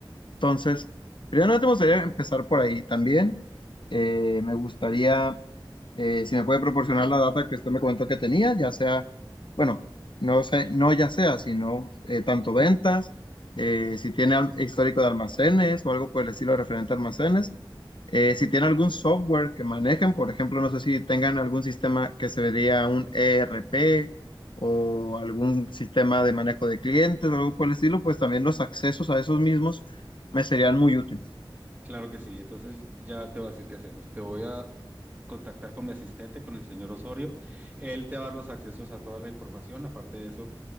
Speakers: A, on the left; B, on the right.
A: Entonces, primero te gustaría empezar por ahí. También eh, me gustaría, eh, si me puede proporcionar la data que usted me comentó que tenía, ya sea, bueno, no sé, no ya sea, sino eh, tanto ventas, eh, si tiene al- histórico de almacenes o algo por el estilo referente a almacenes, eh, si tienen algún software que manejen, por ejemplo, no sé si tengan algún sistema que se vería un ERP o algún sistema de manejo de clientes o algo por el estilo, pues también los accesos a esos mismos me serían muy útiles.
B: Claro que sí. Entonces ya te voy a decir qué hacemos. Te voy a contactar con mi asistente, con el señor Osorio. Él te va a dar los accesos a toda la información. Aparte de eso,